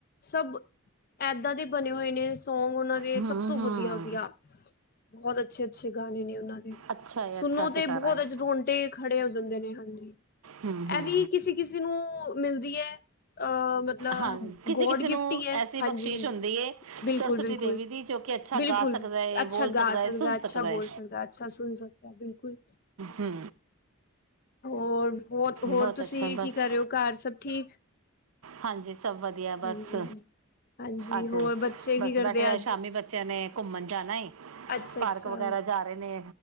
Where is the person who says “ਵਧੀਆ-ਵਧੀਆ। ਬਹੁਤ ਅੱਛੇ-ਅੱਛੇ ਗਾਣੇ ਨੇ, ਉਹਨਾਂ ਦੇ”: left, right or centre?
Left